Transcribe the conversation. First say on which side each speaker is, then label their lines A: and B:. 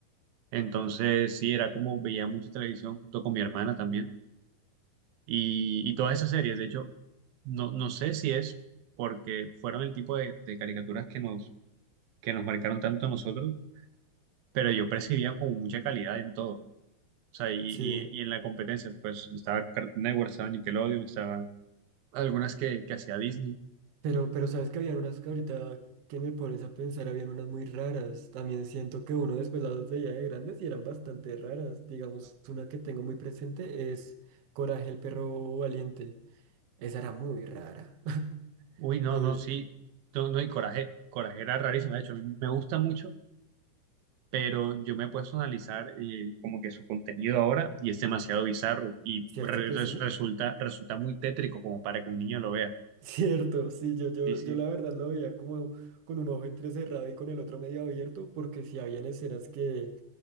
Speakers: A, on the right; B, on the right.
A: Entonces, sí, era como veía mucha televisión junto con mi hermana también. Y, y todas esas series, de hecho, no, no sé si es porque fueron el tipo de, de caricaturas que nos que nos marcaron tanto a nosotros, pero yo percibía como mucha calidad en todo. O sea, y, y-
B: Sí.
A: y en la competencia, pues estaba Cartoon Network, estaba Nickelodeon, estaba algunas que, que hacía Disney.
B: Pero, pero sabes que habían unas que ahorita que me pones a pensar, habían unas muy raras. También siento que uno después las veía de grandes y eran bastante raras. Digamos, una que tengo muy presente es Coraje el perro valiente. Esa era muy rara. <laughs>
A: Uy, no,
B: No
A: no,
B: sé
A: sí,
B: si la-
A: no, no, y Coraje, Coraje era rarísimo. De hecho, a mí me gusta mucho, pero yo me he puesto a analizar eh, como que su contenido ahora y es demasiado bizarro y
B: ¿Cierto
A: re-
B: que
A: res-
B: sí?
A: resulta,
B: <laughs>
A: resulta muy tétrico como para que un niño lo vea.
B: Cierto, sí, yo, yo,
A: Sí, sí.
B: yo la verdad lo veía como con un ojo entrecerrado y con el otro medio abierto, porque sí habían escenas que